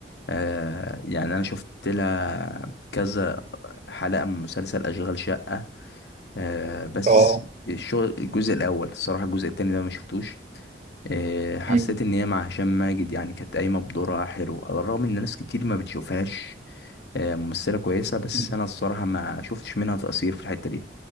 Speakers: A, on the left (about 70°); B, on the right (about 40°).
A: آه يعني انا شفت لها كذا حلقة من مسلسل اشغال شقة آه بس
B: اه
A: الشغل الجزء الاول الصراحه الجزء التاني ده ما شفتوش آه حسيت
B: مم.
A: ان هي مع هشام ماجد يعني كانت قايمه بدورها حلو على الرغم ان ناس كتير ما بتشوفهاش آه ممثله كويسه بس
B: مم.
A: انا الصراحه ما شفتش منها تقصير في الحته دي